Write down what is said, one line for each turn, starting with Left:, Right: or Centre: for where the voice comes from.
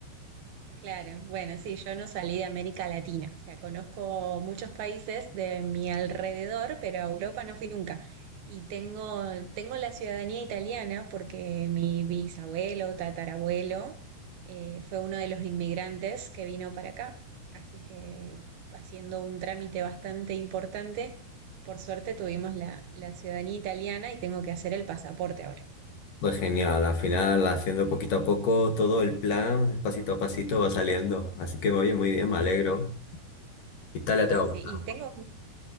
Right: Claro, bueno, sí, yo no salí de América Latina, o sea, conozco muchos países de mi alrededor, pero a Europa no fui nunca. Y tengo, tengo la ciudadanía italiana porque mi bisabuelo, tatarabuelo, eh, fue uno de los inmigrantes que vino para acá. Así que haciendo un trámite bastante importante, por suerte tuvimos la, la ciudadanía italiana y tengo que hacer el pasaporte ahora.
Left: Pues genial, al final haciendo poquito a poco todo el plan, pasito a pasito va saliendo. Así que oye, muy bien, me
Right: Sí,
Left: alegro. Italia
Right: sí,
Left: te va a
Right: sí.
Left: gustar
Right: Y tengo
Left: mucho.